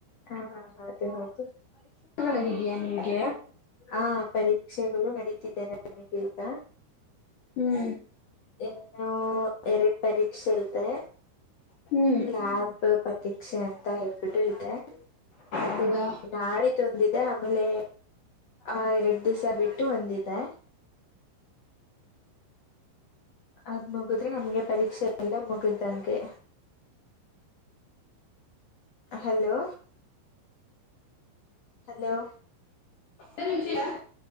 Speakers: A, on the left; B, on the left.
A: ಹಾ ಹಾ ಅದು ಹೌದು
B: ಳಗಿದಿಯಾ ನಿಮ್ಗೆ
A: ಹಾ ಪರೀಕ್ಷೆಗಳು ನಡೀತಿದ್ದಾವೆ ನಮಗೆ ಈಗ
B: ಹ್ಮ್
A: ಇನ್ನು ಎರಡ್ ಪರೀಕ್ಷೆ ಇದೆ
B: ಹ್ಮ್
A: ಲ್ಯಾಬ್ ಪರೀಕ್ಷೆ ಅಂತ ಹೇಳ್ಬಿಟ್ಟು ಇದೆ ಅದು
B: ಹೌದಾ
A: ನಾಳೆ ತ್ತೊಂದಿದೆ ಆಮೇಲೆ ಆ ಎರಡು ದಿವಸ ಬಿಟ್ಟು ಒಂದಿದೆ ಅದ್ ಮುಗದ್ರೆ ನಮ್ಗೆ ಪರೀಕ್ಷೆ ಎಲ್ಲ ಮುಗ್ದನ್ಗೆ ಹಲೋ ಹಲೋ
B: ಇ ನಿಮಚ <inaudible>